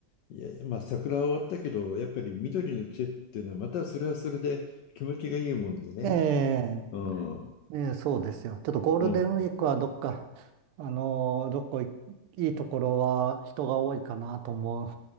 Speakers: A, on the left; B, on the right.
A: いやまあ桜は終わったけどやっぱり緑の季節っていうのはまたそれはそれで気持ちがいいもんでね。
B: ええ
A: うん。
B: ええ、そうですよ。ちょっとゴールデンウィークはどっか、
A: うん。
B: あのーどこい、いいところは人が多いかなと思う、